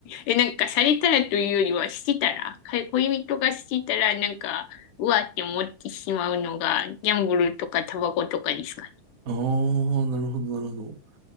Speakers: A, on the left; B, on the right.
A: え、なんか、されたらというよりは、してたら、か恋人がしてたら、なんか、うわって思ってしまうのが、ギャンブルとかタバコとかですか
B: あーなるほど、なるほど。